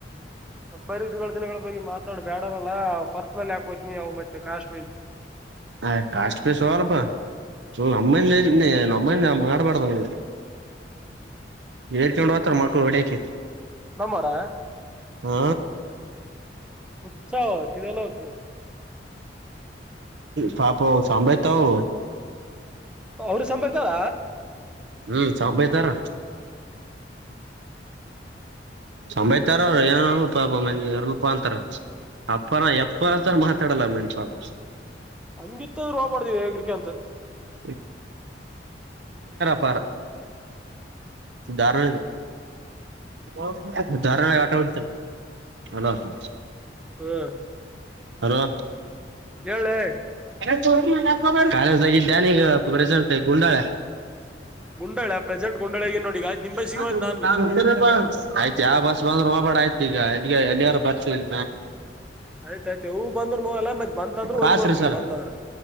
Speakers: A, in the centre; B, on the right.
A: ಅಬ್ಬಾರಿ ಇೇಳ ದಿನಗಳ ಬಗ್ಗೆ ಮಾತಾಡ ಬೇಡವಲ್ಲಾ ಪರ್ಸನಲ್ ಯಾಕ. ಕೊಚ ನೀ ಅವ ಮತ್ತೆ ಕಾಶ್ಮೀರ್.
B: ಹ ಕಾಷ್ಟಟ್ ಪೇ ಸೋ ರೂಪಾಯ. ನಮ್ಮ ನಮ್ಮಲ್ಲಿ ಮಾಡಬಾರಡ್ದ ಬಂದಿದೆ. ಹೇರ್ಕೊಂಡು ಹತ್ರ ಮಕ್ಕಳು ಹೊಡಕ.
A: ನಮ್ಮರ
B: ಹ್ಮ.
A: ಉತ್ಸಾಹ ತಿದೆಲಕ.
B: ಸಾಪ ಸಂಭಾಯತ ಹೂ.
A: ಅವ್ರ ಸಂಭಯ್ತಾರ.
B: ಹ್ಮ್ ಸಂಬಯತಾರ. ಸಮಯತಾರ ಏೂಪಾ ಮ ಎರ ರೂಪಾ ಅಂತಾರ. ಅಪ್ಪಾ ಎಪ್ಪಸ
A: ಹ್ಮ್
B: ಮಾತಾಡಲ್ಲ ನನ್ ಪಾಪ.
A: ಹಂಗಿತ್ತ ರೂಪ ಪಡ್ವಿ ಹೇಗ್ರಿಕೆ ಅಂತ.
B: <inaudible> <unintelligible> ಅ ಧಾರ. <unintelligible> ಧಾರ ಆಟ ಉಲ. <unintelligible>
A: ಹ್ಮ್
B: ಹಲೋ.
A: ಹೇಳೆ
B: <inaudible> ಕಾಲೇಜ್ದಾಗಿದ್ದಾನ ಈಗ ಪ್ರೆಸೆಂಟ್ ಗುಂಡಾಳೆ.
A: ಗುಂಡಾಳ ಪ್ರೆಸೆಂಟ್ ಗುಂಡಾಳಗ
B: <unintelligible>
A: ನೋಡಿ ಈಗ ಆಯ್ತ್ ನಿಂಬ ಸಿಗೋಯ್ತ್ ನಾನ್
B: ಆಯ್ತೆ ಬಸ್ ಬಂದು. ಬಾ ಆಯ್ತು ಈಗಗ ಎಲ್ಲಿಯಾರ ಬರ್ತಲ್.
A: ಆಯ್ತಾಯ್ತು ಇವು ಬಂದ್ರು ನೋಲ್ಲ ಮತ್ ಬಂತಂದ್ರ ಹೋಗ್ಬಿಡತ್
B: ಹಾ ಸರಿ ಸರ್.
A: ನೀ ಬಂತಂದ್ರ